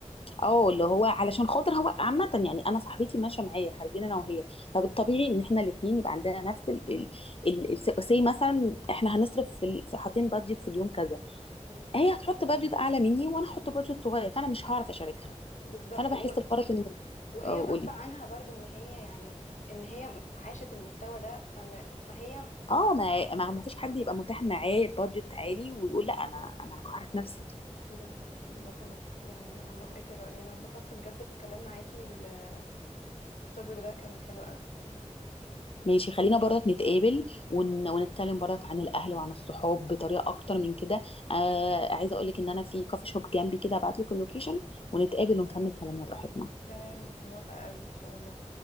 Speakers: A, on the left (about 50°); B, on the left (about 80°).
A: اه اللي هو علشان خاطر هو عامة يعني انا صاحبتي ماشية معايا خارجين انا وهي فبالطبيعي ان احنا الاتنين يبقى عندنا نفس ال ال ال ال- سي مثلا احنا هنصرف في ال- في- حاطين بادجت في اليوم كذا
B: مم.
A: هي هتحط بادجت اعلى مني وانا هحط بادجت صغير فانا مش هعرف اشاركها
B: بالظبط
A: فانا بحس
B: و...
A: بفرق ان
B: وهي
A: اه
B: غصب
A: قولي
B: عنها برضو ان هي يعني ان هي عاشت المستوى ده فم... فهي
A: اه ما ما ما فيش حد يبقى متاح معاه بادجت عالي ويقول لا انا انا هجهرك نفسي
B: بالظبط بالظبط أنا- يعني انا موافقاكي الرأي انا اتبسطت بجد في الكلام معاكي ال- التوبيك ده كان حلو قوي
A: ماشي خلينا برضك نتقابل ون... ونتكلم برضك عن الاهل وعن الصحاب بطريقه اكتر من كده آه عايزه اقولك ان انا في كافي شوب جنبي كده ابعتلك اللوكيشن ونتقابل ونكمل كلامنا براحتنا
B: تمام موافقة قوي ان شاء الله